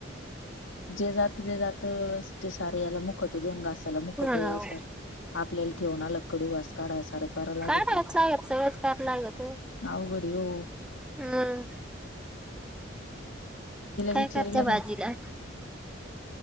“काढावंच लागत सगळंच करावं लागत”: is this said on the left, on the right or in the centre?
Centre